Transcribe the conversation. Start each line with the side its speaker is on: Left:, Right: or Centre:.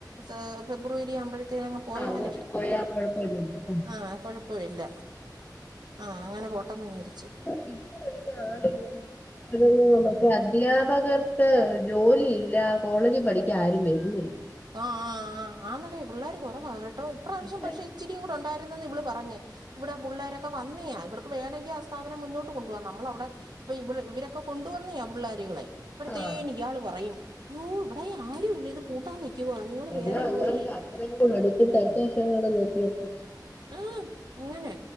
Right: സാ ഫെബ്രുവരിആമ്പഴത്തേനെങ്ങ് പോയാലേയ്
Left: അങ്ങോട്ട് പോയാ കുഴപ്പമില്ലല്ലോ
Right: ആഹ്‌ കൊഴപ്പവില്ല. ആഹ് അങ്ങനെ പോട്ടെന്ന് വിചാരിച്ച്.
Left: ഡിഗ്ഗിരി പഠിക്കാ ആളില്ല. ഓ മറ്റേ അദ്ധ്യാപകർക്ക് ജോലിയില്ല കോളേജി പഠിക്കാ ആരും വര്ന്നില്ല.
Right: ആ ആ ആ ആന്നടീ പിള്ളേര് കൊറവാ കേട്ടോ ഇപ്രാവശ്യം
Left: ഇപ്പ
Right: പക്ഷെ ഇചിരിയൂടെ ഒണ്ടായിരുന്നെന്ന് ഇവ്ള് പറഞ്ഞ് ഇവടെ പുള്ളേര് പ്പ വന്നേയാ ഇവർക്ക് വേണങ്കി ആ സ്ഥാപനം മുന്നോട്ട് കൊണ്ടോവാ നമ്മള വടെ അപ്പൊ ഇവള് ഇവരൊക്കെ കൊണ്ടുവന്നിയാ പിള്ളോരൂകളെ. അപ്പളത്തേനി
Left: ആഹ്
Right: ഇയാള് പറയും യൂ ഇവടെയാരുല്ല ഇത് പൂട്ടാൻ നിക്കുവാ നിങ്ങള്
Left: എന്നാ
Right: വേറെ പോയി
Left: <unintelligible> <unintelligible>
Right: ഉംഹ് അങ്ങനെ